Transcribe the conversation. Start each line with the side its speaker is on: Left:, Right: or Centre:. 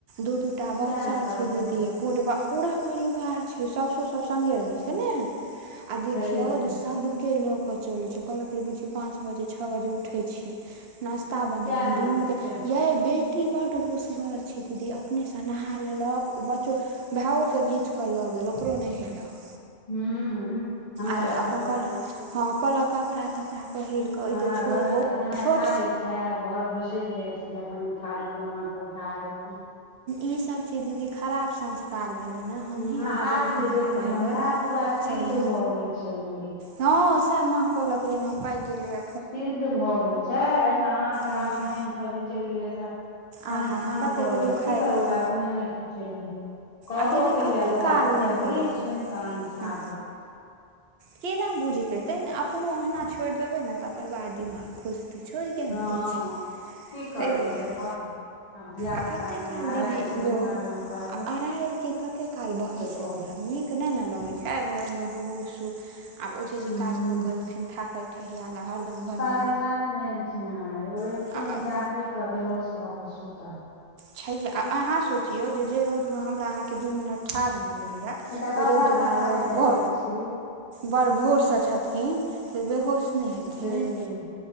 Right: दू दूटा बच्चा
Left: किया ने पढ़ेतै
Right: छै दीदी। पूरबा पूरा परिवार छै, साउसो सभ संगे रहै छै ने। आ
Left: छैहे
Right: देखियो जे सब के लऽ क चलै छै कहलक जे बुचि पाँच बजे छ बजे उठय छीयै नस्ता
Left: किया
Right: बनेलौ
Left: ने
Right: दुनू
Left: उठतै
Right: यै बेटी बड होशगर छै दीदी अपनेसँ नहा लेलक ओ बच्चो भेयोकेँ घीँच कऽ लऽ गेल ओकरो नहेलक।
Left: हूँ हूँ हमरा
Right: आर
Left: सब
Right: अपन
Left: जकाँ
Right: कहल
Left: नहि छै।
Right: हँ कहलक कपड़ा तपड़ा पहिर कऽ
Left: हमरा
Right: ई तऽ छो
Left: घर में
Right: बौआ
Left: तऽ खेनाइ
Right: छोट
Left: खा ले छै घर घुसैक जाय छै। जे अपन इ थारी कहुना कऽ उठा लेती।
Right: ई सब छियै दीदी खराब संस्कार कार भेलै ने। हमही
Left: हुं आ
Right: अहाँ
Left: हाथ
Right: जहन
Left: जे
Right: एना
Left: देखबी
Right: करबै
Left: हमरा, पूरा सिद्ध
Right: छैहे
Left: भऽ गेल छै अंगुरी।
Right: हँ सएह माँ कहलक जे एना पाकि गेलैये।
Left: सिद्ध भए गेल छै ऐमे आटा
Right: आ बुझियौ
Left: पानि सब जे चलि गेलै ते फन
Right: आहा
Left: फन
Right: हा कतेक
Left: करैए
Right: दुखाइत
Left: की करू
Right: हैत
Left: हउआ एखने। उठेलियै, कहबो
Right: आ दीदी
Left: केलियै
Right: कतेक
Left: बौआ
Right: काल
Left: के
Right: नहि
Left: कही
Right: करऽ
Left: सुन कऽ अनठा
Right: हँ
Left: देलकै।
Right: केना बुझते तैने अपनो ओहिना छोड़ि देबे ने तकर बाद दिमाग खुजतै। छोड़ि किया
Left: हँ
Right: नहि दै छी।
Left: की करियै
Right: ताहि दुआरे
Left: से कह। आब धिया
Right: आ
Left: पुता
Right: कते
Left: सङ्गे
Right: काल
Left: अरारि
Right: दीदी
Left: तऽ नहि
Right: लोक
Left: हरदम करबै
Right: आ अराइर के कते काल बहसे
Left: से कहू
Right: करब। नीक नहि ने लगै छै घरमे बूढ़ सूढ़ आब ओझेजी
Left: हूँ
Right: काज कऽ क एलखिन थाकल ठहियाल आ हरदम घर मे
Left: साढे सात मे एलछी। नै ओ एलखिन
Right: मारि
Left: चाह पी कऽ बेहोश भऽ कऽ सुतल
Right: छैहे आ अहाँ सोचियो जे जै रौद में हमरा अहां के दू मिनट ठाढ़ ने भेल हौयै ओ
Left: एकटा कपड़ा
Right: रौदमे
Left: पसारै
Right: आय ओ
Left: लए
Right: ब
Left: जाइ छी।
Right: बड़ भोरसँ छथिन। से बेहोश नहि हेथिन,
Left: छैहे